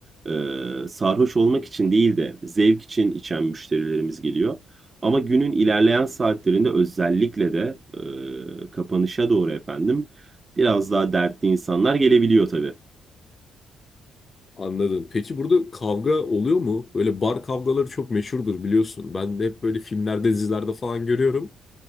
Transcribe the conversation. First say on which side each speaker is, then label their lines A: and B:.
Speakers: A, on the right; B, on the left.
A: e, sarhoş olmak için değil de zevk için içen müşterilerimiz geliyor. Ama günün ilerleyen saatlerinde özellikle de e, kapanışa doğru efendim biraz daha dertli insanlar gelebiliyor tabii.
B: Anladım. Peki burada kavga oluyor mu? Böyle bar kavgaları çok meşhurdur biliyorsun. Ben de hep böyle filmlerde, dizilerde falan görüyorum.